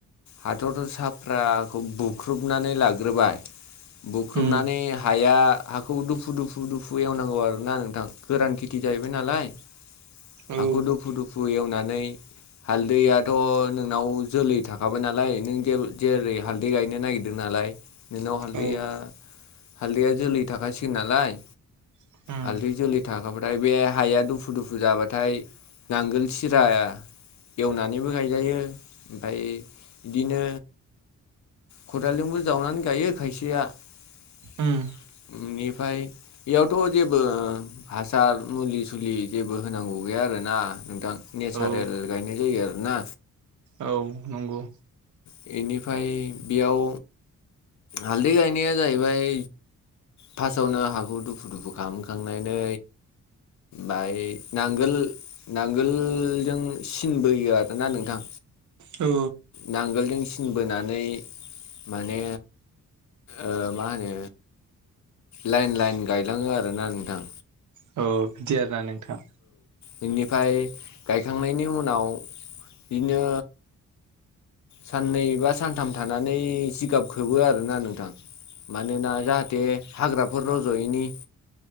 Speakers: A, on the left (about 60°); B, on the right (about 65°).
A: हाथर' साफ्राखौ बुख्रुबनानै लाग्रोबाय बुख्रुबनानै
B: उम
A: हाया हाखौ दुफु दुफु दुफु एवनांगौ आरो ना नोंथां गोरान खेथि जाहैबाय नालाय हाखौ
B: औ
A: दुफु दुफु एवनानै हालदैयाथ' नोंनाव जोलै थाङ सांसों नालाय नों जे जेरै हालदै गायनो नागिरदों नालाय नोंनाव हालदैया
B: औ
A: हालदैया जोलै थाखासिगोन नालाय
B: उम
A: हाल्दै जोलै थाखाब् ऐ बे हाया दुफु दुफु जाबाथाय नांगोल सिराया एवनानैबो गायजायो ओमफाय बिदिनो खदालजोंबो जावनानै गायो खायसेया <inaudible>
B: उम
A: नि ओमफ्राय बेयावथ' जेबो हासार, मुलि सुलि जेबो होनांगौ गैया आरोना नोंथां नेसारेल
B: औ
A: गायनाय जायो आरोना
B: औ नंगौ
A: बेनिफ्राय बेयाव हालदै गायनाया जाहैबाय फार्स्टआवनो हाखौ दुफु दुफु खालामखांनानै बाय नांगोल नांगोल जों सिन बोयो आरोना नोंथां
B: औ
A: नांगोलजों सिन बोनानै माने ओ मा होनो लाइन लाइन गायलाङो आरोना नोंथां
B: औ बिदि आरोना नोंथाङ
A: बिनिफ्राय गायखांनायनि उनाव बिदिनो साननै बा सानथाम थानानै जिगाब खोबो आरोना नोंथां मानोना जाहाथे हाग्राफोर रज'यैनि